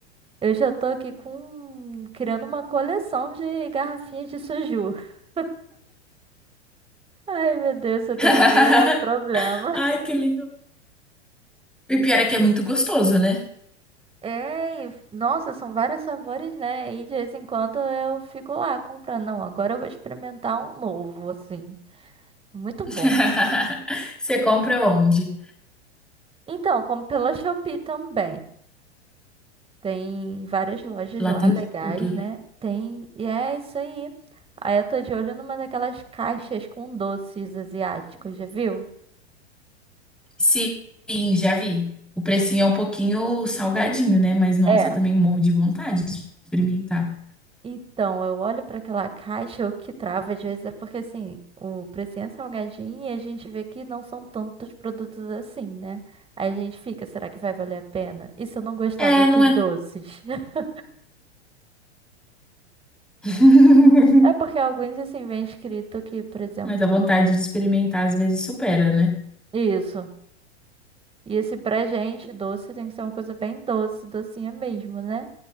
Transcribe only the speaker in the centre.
<laughs>
Ai,
que legal. E o pior é que é muito gostoso, né?
<laughs>
Você compra onde?
Lá
tem
de tudo, né?
Sim, já vi. O precinho é um pouquinho salgadinho, né? Mas nossa,
eu também morro de vontade de experimentar.
É,
não é.
<laughs>
Mas a vontade de experimentar às vezes supera, né?